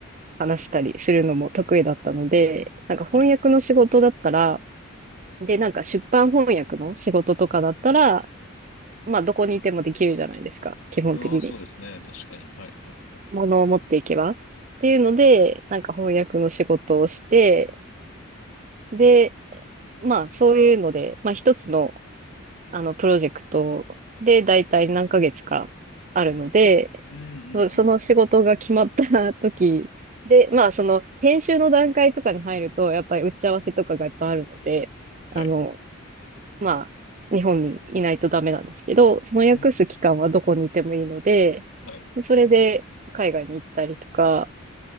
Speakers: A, on the right (about 35°); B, on the left (about 75°).
A: 話したりするのも得意だったので、なんか翻訳の仕事だったら、
B: はい。
A: で、なんか出版翻訳の仕事とかだったら、まあ、どこにいてもできるじゃないですか、基本的に。
B: ああ、そうですね。確かに。はいはいはい。
A: ものを持っていけばっていうので、
B: はい。
A: なんか翻訳の仕事をして、で、まあそういうので、まあ一つのあのプロジェクトで大体何ヶ月かあるので、
B: うんうんうん
A: そその仕事が決まった時で、
B: うん。
A: まあその編集の段階とかに入ると、やっぱり打ち合わせとかがいっぱいあるので、あの、
B: はい。
A: まあ日本にいないとダメなんですけど、その訳す期間はどこにいてもいいので、
B: うんうん。はい。
A: それで海外に行ったりとか、